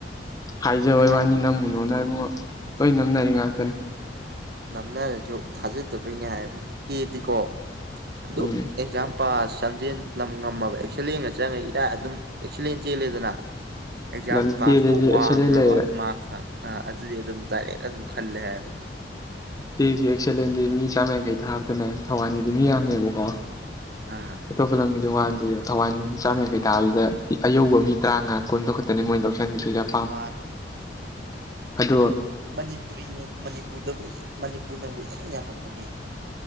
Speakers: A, on the left; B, on the right.
A: ꯍꯥꯏꯖꯕꯩ
B: ꯃꯣꯏ
A: ꯋꯥꯅꯤ ꯅꯝꯃꯨꯅꯨꯗ ꯏꯕꯨꯡꯉꯣ ꯂꯣꯏ ꯅꯝꯅꯔꯤ ꯉꯥꯛꯇꯅꯤ
B: ꯅꯝꯅꯔꯁꯨ ꯊꯥꯖꯗꯕꯩꯅꯦ ꯍꯥꯏꯕ ꯑꯦꯗꯤꯀꯣ ꯑꯗꯨ
A: ꯎꯝ
B: ꯑꯦꯛꯖꯥꯝ ꯄꯥꯁ ꯆꯝꯗꯦꯟ ꯉꯝꯃꯕ ꯑꯦꯛꯁꯂꯦꯟꯒ ꯆꯪꯉꯒ ꯏꯔꯥꯏ ꯑꯗꯨꯝ ꯑꯦꯛꯁꯂꯦꯟ ꯆꯦꯜꯂꯦꯗꯅ ꯑꯦꯛꯖꯥꯝ
A: ꯂꯝꯇꯦꯗꯁꯨ
B: ꯄꯥꯁꯇꯣ ꯋꯥꯡꯈ꯭ꯔꯕ
A: ꯑꯦꯛꯁꯂꯦꯟ ꯂꯩꯔꯦ
B: ꯃꯥꯛꯇ ꯍꯥ ꯑꯗꯨꯗꯤ ꯑꯗꯨꯝ ꯗꯥꯔꯛ ꯑꯗꯨꯝ ꯈꯜꯂꯦ ꯍꯥꯏꯕ
A: ꯎꯦꯒꯤ ꯑꯦꯛꯁꯂꯦꯟꯗꯤ ꯃꯤ ꯆꯥꯝꯃꯌꯥꯡꯈꯩ ꯊꯥꯕꯗꯅꯦ ꯊꯧꯕꯥꯟꯒꯤꯗꯤ ꯃꯤ ꯌꯥꯝꯃꯦꯕꯀꯣ
B: ꯍꯥ
A: <unintelligible>
B: <unintelligible>
A: ꯑꯗꯣ
B: ꯃꯅꯤꯄꯨꯔꯤ ꯃꯅꯤꯄꯨꯔꯗꯕꯨ ꯃꯅꯤꯄꯨꯔꯅꯕꯨ ꯏꯌꯥꯝ ꯌꯥꯝꯃꯝꯒꯅꯤ